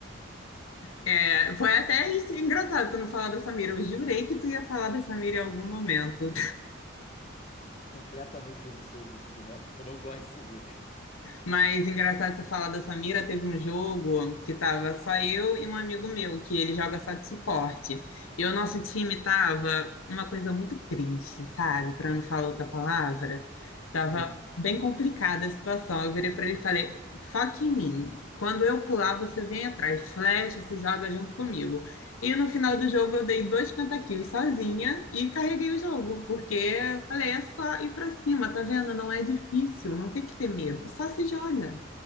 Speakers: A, on the left (about 90°); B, on the left (about 30°).
A: é, foi até isso- engraçado tu não falar da Samira. Eu jurei que tu ia falar da Samira em algum momento.
B: Esqueci completamente da existência desse boneco. Eu não gosto de Samira.
A: Mas engraçado você falar da Samira, teve um jogo que tava só eu e um amigo meu, que ele joga só de suporte. E o nosso time tava uma coisa muito triste, sabe? Para não falar outra palavra, tava
B: Uhum.
A: bem complicada a situação. Eu virei para ele e falei: "Foque em mim. Quando eu pular, você vem atrás, flecha, se joga junto comigo." E no final do jogo eu dei dois pentakills sozinha e carreguei o jogo, porque eu
B: É,
A: falei, é só ir pra cima, tá vendo? Não é difícil, não tem que ter medo, só se joga.